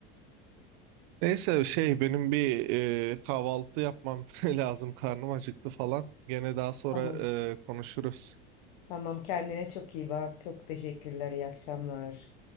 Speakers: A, on the right (about 65°); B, on the left (about 75°).
A: Neyse şey benim bir e, kahvaltı yapmam <laughs> lazım. Karnım acıktı falan. Gene daha sonra
B: Tamam.
A: e, konuşuruz.
B: Tamam kendine çok iyi bak. Çok teşekkürler. İyi akşamlar.